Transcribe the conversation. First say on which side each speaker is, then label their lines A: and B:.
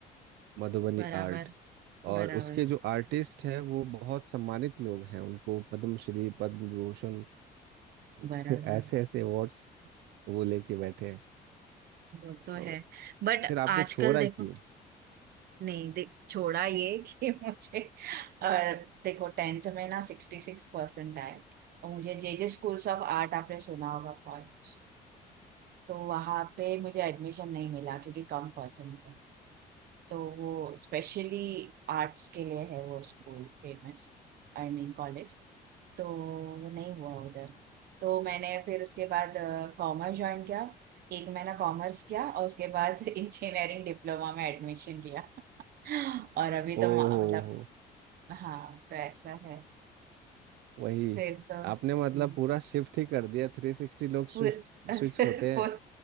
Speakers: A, on the right (about 85°); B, on the right (about 65°).
A: मधुबनी
B: बराबर
A: आर्ट
B: बराबर
A: और उसके जो आर्टिस्ट हैं वो बहुत सम्मानित लोग हैं उनको पद्मश्री पद्म विभूषण <laughs>
B: बराबर
A: ऐसे ऐसे अवार्ड्स <laughs> वो लेके बैठे हैं
B: वो तो
A: और
B: है बट
A: फिर आपने
B: आजकल
A: छोड़ा
B: देखो
A: क्यों
B: नहीं देख छोड़ा ये कि <laughs> मुझे अ, देखो टेंथ में ना सिक्सटी सिक्स परसेंट आए और मुझे J J schools of art आपने सुना होगा कॉलेज तो वहाँ पे मुझे एडमिशन नहीं मिला क्योंकि कम परसेंट थे तो वो स्पेशली आर्ट्स के लिए है वो school famous I mean college तो वो नहीं हुआ उधर तो मैंने फिर उसके बाद कॉमर्स ज्वाइन किया एक महीना कॉमर्स किया और उसके बाद <laughs> इंजीनियरिंग डिप्लोमा में एडमिशन लिया और अभी
A: ओ
B: तो मा-
A: हो
B: मतलब
A: हो
B: हाँ तो ऐसा है
A: वही
B: फिर तो हम्म,
A: आपने मतलब पूरा शिफ्ट ही कर दिया थ्री सिक्सटी लोग स्विफ्ट
B: पूर, <laughs>
A: स्विच होते हैं
B: पूर,